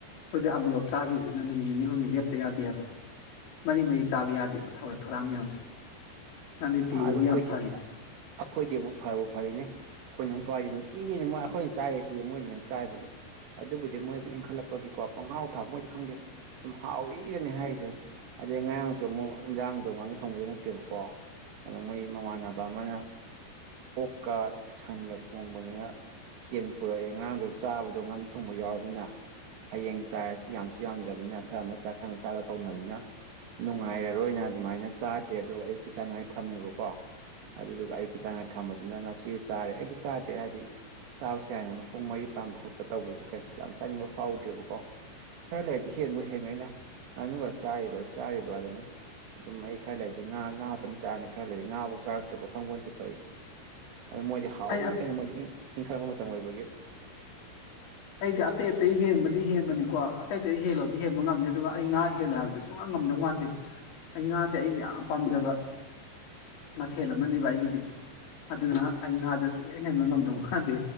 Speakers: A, on the left; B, on the right.
A: ꯑꯩꯈꯣꯏꯗꯤ ꯑꯃꯨꯔꯛ ꯆꯥꯒꯤꯕꯖꯤꯅ ꯅꯨꯃꯤꯠ ꯅꯤꯅꯤ ꯍꯨꯝꯅꯤ ꯂꯦꯞꯇ ꯌꯥꯗꯦ ꯍꯥꯏꯕ ꯃꯔꯤ ꯃꯔꯤ ꯆꯥꯕ ꯌꯥꯗꯦꯕ ꯊꯥꯎꯔꯦꯛ ꯊꯧꯔꯥꯡ ꯃꯌꯥꯝꯁꯦ ꯅꯪꯗꯤ ꯗꯤꯍꯦꯕꯨ
B: ꯑꯥꯗꯣ ꯑꯩꯈꯣꯏꯗꯤ
A: ꯌꯥꯝ ꯐꯔꯤ
B: ꯑꯩꯈꯣꯏꯗꯤ ꯑꯃꯨꯛ ꯐꯕꯨ ꯐꯔꯤꯅꯦ ꯑꯩꯈꯣꯏꯅ ꯑꯃꯨꯛ ꯄꯥꯏꯗꯤ ꯅꯨꯡꯇꯤꯒꯤꯅꯤ ꯃꯣꯏ ꯑꯩꯈꯣꯏ ꯆꯥꯏꯌꯦ ꯁꯤꯗꯤ ꯃꯣꯏꯅ ꯍꯦꯟꯅ ꯆꯥꯏꯕꯅꯦ ꯑꯗꯨꯕꯨꯗꯤ ꯃꯣꯏꯕꯨ ꯏꯟꯈꯠꯂꯛꯄꯒꯤꯀꯣ ꯄꯪꯍꯥꯎꯇꯥ ꯍꯥꯎ ꯃꯣꯏꯗꯤ ꯈꯪꯗꯦ ꯑꯗꯨꯝ ꯍꯥꯎꯏꯗꯅꯦ ꯍꯥꯏꯔꯤꯖꯦ ꯑꯗꯩ ꯉꯔꯥꯡꯁꯨ ꯑꯃꯨꯛ ꯏꯟꯖꯥꯡꯗꯣ ꯉꯥꯅꯨ ꯊꯣꯡꯕꯗ ꯅꯠꯇꯦꯕꯀꯣ ꯑꯗꯣ ꯃꯣꯏ ꯃꯃꯥꯟꯅꯕ ꯑꯃꯅ ꯑꯣꯛꯀꯥ ꯁꯟꯒ ꯊꯣꯡꯕꯅꯤꯅ ꯀꯦꯟ ꯄꯨꯔꯛꯑꯦ ꯉꯔꯥꯡꯗꯣ ꯆꯥꯕꯗꯣ ꯉꯥꯅꯨ ꯊꯣꯡꯕ ꯌꯥꯎꯔꯕꯅꯤꯅ ꯍꯌꯦꯡ ꯆꯥꯔꯁꯤ ꯌꯥꯝꯁꯨ ꯌꯥꯝꯗꯕꯅꯤꯅ ꯈꯔ ꯃꯆꯥ ꯈꯔ ꯃꯥ ꯆꯥꯗ ꯇꯧꯅꯕꯅꯤꯅ ꯅꯨꯡꯉꯥꯏꯔꯔꯣꯏꯅ ꯑꯗꯨꯃꯥꯏꯅ ꯆꯥꯗ꯭ꯔꯦ ꯑꯗꯨꯒ ꯑꯌꯨꯛꯀꯤ ꯆꯥꯅꯉꯥꯏ ꯊꯝꯃꯦꯕꯀꯣ ꯑꯗꯨꯗꯨꯒ ꯑꯌꯨꯛꯀꯤ ꯆꯥꯅꯤꯉꯥꯏ ꯊꯝꯕꯗꯨꯅ ꯉꯁꯤ ꯆꯥꯔꯦ ꯑꯩꯗꯤ ꯆꯥꯗ꯭ꯔꯦ ꯍꯥꯏꯗꯤ ꯆꯥꯕꯁꯦ ꯀꯥ ꯍꯥꯏꯅ ꯃꯈꯣꯡ ꯃꯔꯤ ꯄꯥꯟꯕ ꯈꯣꯠꯄ ꯇꯧꯕꯁꯦ ꯀꯩꯁꯨ ꯌꯥꯝ ꯆꯥꯅꯤꯡꯕ ꯐꯥꯎꯗ꯭ꯔꯦꯕꯀꯣ ꯈꯔ ꯂꯩꯥꯔꯗꯤ ꯍꯦꯟꯕꯨ ꯍꯦꯟꯒꯔꯥꯅꯤꯗ ꯉꯥꯅꯨꯒ ꯆꯥꯔꯤꯕ ꯆꯥꯔꯤꯕ ꯑꯗꯨꯅꯤ ꯑꯗꯨꯝ ꯑꯩ ꯈꯔ ꯂꯩꯔꯗꯤ ꯉꯥ ꯉꯥꯇꯪ ꯆꯥꯔꯅꯤ ꯈꯔ ꯂꯩꯔꯗꯤ ꯉꯥꯕꯨꯛ ꯆꯥꯔꯛꯇꯕ꯭ꯔꯥ ꯈꯪ ꯕꯣꯟꯇꯦ ꯇꯧꯔꯤꯁꯦ ꯑꯗꯣ ꯃꯣꯏꯗꯤ ꯍꯥꯎꯏ
A: ꯑꯩ
B: ꯇꯥꯅꯤ ꯃꯣꯏꯗꯤ ꯏꯪ ꯏꯪꯈꯠꯂꯛꯄ ꯃꯇꯝ ꯑꯣꯏꯕꯒꯤ <inaudible>
A: ꯑꯩꯗꯤ ꯑꯇꯩ ꯑꯇꯩ ꯍꯦꯟꯕꯗꯤ ꯍꯦꯟꯕꯅꯤꯀꯣ ꯑꯇꯩ ꯑꯇꯩ ꯍꯦꯜꯂꯣꯗꯤ ꯍꯦꯟꯕ ꯉꯝꯅꯤ ꯑꯗꯨꯒ ꯑꯩ ꯉꯥ ꯍꯦꯜꯂꯣ ꯍꯥꯏꯕ ꯑꯗꯨ ꯁꯨꯡꯉꯝ ꯉꯝꯗꯧ ꯃꯥꯟꯗꯦ ꯑꯩ ꯉꯥꯗꯤ ꯑꯩꯅ ꯌꯥꯝ ꯄꯥꯝꯖꯕ ꯃꯊꯦꯜ ꯑꯃꯅꯦꯕ ꯑꯩꯒꯤꯗꯤ ꯑꯗꯨꯅ ꯑꯩ ꯉꯥꯗ ꯁꯨꯛꯍꯦꯟ ꯍꯦꯟꯕ ꯉꯝꯗꯧ ꯃꯥꯥꯟꯗꯦ